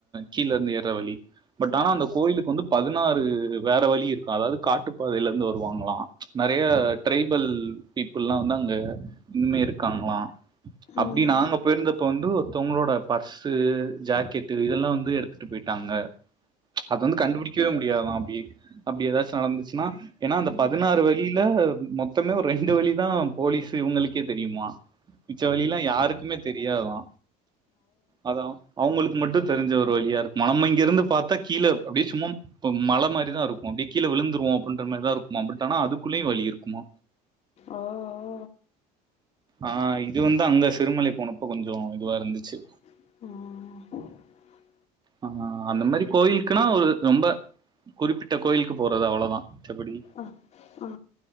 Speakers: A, on the right; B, on the left.
A: கீழ இருந்து ஏர்ற வழி. பட் ஆனா அந்த கோயிலுக்கு வந்து பதினாறு வேற வழி இருக்கா அதாவ்து காட்டுப்பாதையிலருந்து வருவாங்ளா. நறைய
B: ஓ
A: டிரைபல் பீப்புள்லா வந்து அங்க இன்மே இருக்காங்களா. அப்டி
B: ம்
A: நாங்க போய்ர்ந்தப்ப வந்து ஒருத்தவங்ளோட பர்ஸு, ஜேக்கெட் டு இதெல்லா வந்து எடுத்துட்டு போய்ட்டாங்க. அது வந்து கண்டுபிடிக்வே முடியாதா அப்டி. அப்டி எதாச்சு நடந்துச்சுன்னா ஏனா அந்த பதினாறு வழியில மொத் தமே ஒர் ரெண்டு வழி தா போலீஸு இவுங்குளுக்கே தெரியுமா. மிச்ச வழில்லா யாருக்குமே தெரியாதா அதா அவுங்குளு க் மட்டு தெரிஞ்ச ஒரு வழியா இருக்குமா நம்ம இங்கிருந்து பாத்தா கீழ அப்டியே சும்மாம் இப்ப மல மாரிதா இருக்கு அப்டே கீழ விழுந்துருவோ அப்பின்ற மாரிதா இருக்குமா பட் ஆனா அதுக்குள்ளியு வழி இருக்குமா.
B: ஓ ஓ.
A: ஆ இது வந்து அங்க சிறுமலை போனப்ப கொஞ்சோ இதுவா இருந்துச்சு.
B: ம்.
A: ஆ அந்த மாரி கோயில்க்குனா ஒரு ரொம்ப குறிப்பிட்ட கோயிலுக்கு போறது அவ்ளதா மத்தபடி
B: அ ஆ